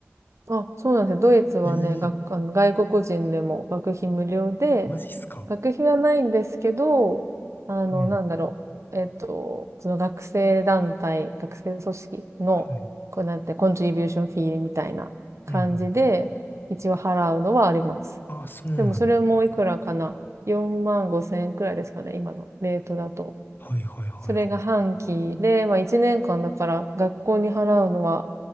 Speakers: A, on the right; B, on the left.
A: あ、そうなんですよ。ドイツはね、
B: ええ
A: 学あの外国人でも学費無料で、
B: マジっすか。
A: 学費はないんですけど、あの、
B: うん。
A: なんだろう。えっと、その学生団体、学生組織の、
B: はい。
A: こうなんて、コントリビューションフィーみたいな感じで、
B: うんうん。
A: 一応払うのはあります。
B: ああ、そうなの。
A: でもそれもいくらかな ?4 万5千円くらいですかね、今のレートだと。
B: はいはいはいはい。
A: それが半期で、まあ1年間だから学校に払うのは